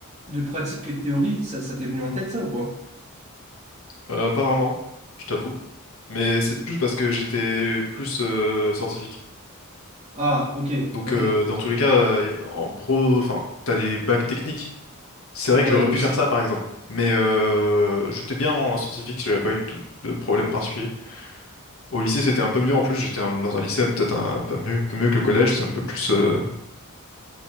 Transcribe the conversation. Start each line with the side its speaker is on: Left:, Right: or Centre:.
Right: de pratiques que de théories. Ça, ça t'est venu en tête, ça ou pas?
Left: Euh, pas vraiment, je t'avoue. Mais c'est plus parce que j'étais plus euh, scientifique.
Right: Ah, ok,
Left: Donc
Right: ok.
Left: euh, dans tous les cas, euh, y a- en pro, enfin, t'as des bacs techniques. C'est vrai
Right: Ouais,
Left: que j'aurais
Right: aussi.
Left: pu faire ça par exemple. Mais euh, j'étais bien en scientifique, j'avais pas eu de, de problème particulier. Au lycée, c'était un peu mieux en plus. J'étais un- dans un lycée peut-être un peu mieux, peu mieux que le collège. C'est un peu plus, euh,